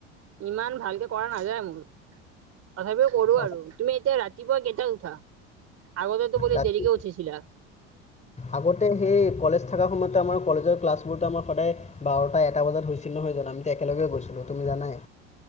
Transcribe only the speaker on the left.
অ,
ৰাতি
আগতে সেই কলেজ থকা সময়ত আমাৰ কলেজৰ ক্লাছবোৰত আমাৰ সদায়- বাৰটা এটা বজাত হৈছিল নহয় জানো আমি একেলগে গৈছিলো তুমি জানাই।